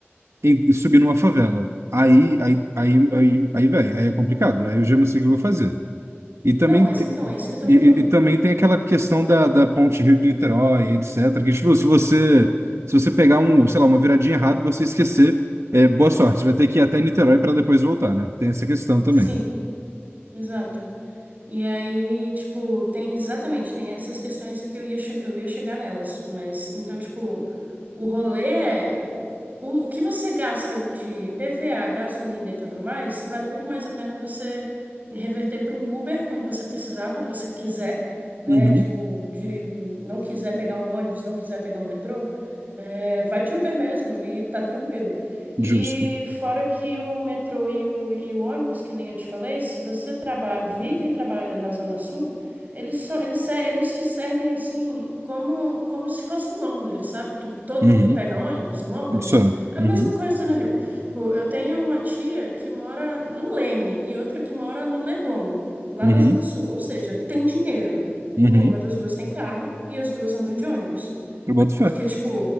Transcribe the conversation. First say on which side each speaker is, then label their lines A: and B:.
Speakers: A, on the right; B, on the right.
A: e e subi numa favela. Aí, aí, aí, aí, aí, velho, aí é complicado. Aí eu já não sei o que eu vou fazer. E também,
B: Não, mas
A: te-
B: então é isso que eu tô
A: e,
B: falando.
A: e- e também tem
B: Tipo,
A: aquela questão da, da Ponte Rio de Niterói, etc. Que, tipo, se você, se você pegar um, sei lá, uma viradinha errada, você esquecer, é, boa sorte. Você vai ter que ir até Niterói para depois voltar, né? Tem essa questão também.
B: sim, exato. E aí, tipo, tem exatamente, tem essas questões que eu ia, che- eu ia chegar nelas, mas então, tipo, o rolê é o, o que você gasta de PVA, gasolina e tudo mais, vale muito mais a pena você reverter para um Uber quando você precisar, quando você quiser, né?
A: Uhum.
B: Tipo, diri- não quiser pegar um ônibus, não quiser pegar um metrô, é, vai de Uber mesmo e tá tranquilo. E
A: Justo.
B: fora que o metrô e o, e o ônibus, que nem eu te falei, se você trabalha, vive e trabalha na Zona Sul, eles são, eles, se- eles te servem assim como, como se fosse em Londres, sabe? Tipo, todo
A: Uhum.
B: mundo pega ônibus em Londres.
A: Isso é.
B: A mesma
A: Uhum.
B: coisa no Rio. Tipo, eu tenho uma tia que mora no Leme e outra que mora no Leblon, lá
A: Uhum.
B: na Zona Sul. Ou seja, tem dinheiro.
A: Uhum.
B: Nenhuma das duas tem carro e as duas andam de ônibus.
A: Eu boto fé.
B: Porque, tipo,